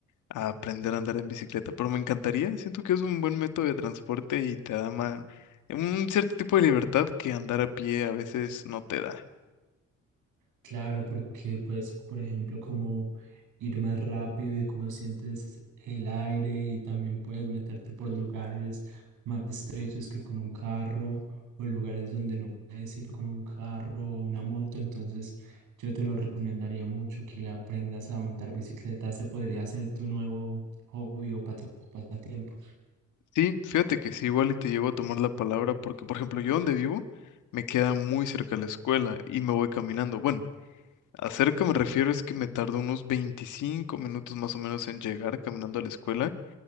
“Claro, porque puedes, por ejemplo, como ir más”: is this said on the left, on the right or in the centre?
Right